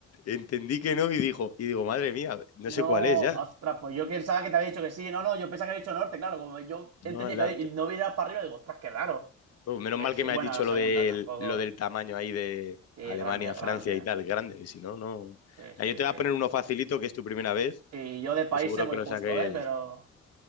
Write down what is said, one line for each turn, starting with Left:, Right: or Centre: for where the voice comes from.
Left: entendí que no y dijo, y digo, madre mía, no
Right: No,
Left: sé cuál es ya.
Right: ostras, pues yo pensaba que te había dicho que sí. No, no, yo pensaba que había dicho norte, claro. Como yo
Left: No,
Right: entendía
Left: la-
Right: que había- no hubiera ido para arriba, digo, ostras, qué raro.
Left: Pues menos
Right: Pues
Left: mal que
Right: sí,
Left: me
Right: bueno,
Left: has dicho
Right: la segunda
Left: lo del,
Right: tampoco.
Left: lo del tamaño ahí de
Right: Sí,
Left: Alemania,
Right: grande, grande.
Left: Francia y tal, grande, y si no, no.
Right: Sí,
Left: Ah,
Right: sí,
Left: Yo te
Right: sí.
Left: voy a poner uno facilito, que es tu primera vez,
Right: Y yo de países
Left: que seguro
Right: voy
Left: que lo
Right: justo,
Left: saques.
Right: ¿eh? Pero.